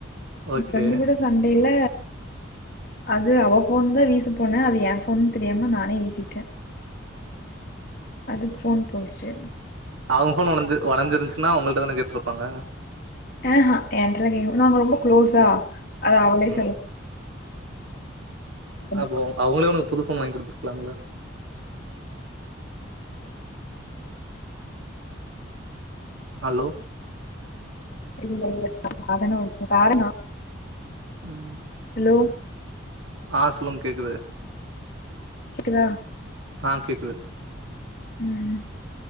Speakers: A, on the right; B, on the left.
A: ஓகே
B: ஃப்ரண்டு கூட சண்டைல அது அவ ஃபோன் தா வீச போன அது என் ஃபோன் தெரியாம நானே வீசிட்ட அதுக் ஃபோன் போச்சு
A: அவங்க ஃபோன் ஒடஞ்சு ஒடஞ்சிருந்சுனா உங்ககிட்ட தான கேட்ருப்பாங்க
B: ஏ ஆ என்டலா கேக்க நாங்க ரொம்ப க்ளோஸா அத அவளே
A: ம்
B: சொல்லு ஆரம்பிப்பா.
A: அப்போ அவங்களே உனக்கு புது ஃபோன் வாங்கி குடுத்துருக்லாம்ல ஹலோ
B: இல்ல இல்ல நாந்தான ஒடச்சே காரணொ
A: ம்
B: ஹலோ
A: ஆ சொல்லுங் கேக்குது
B: கேக்குதா
A: ஆ கேக்குது
B: ம்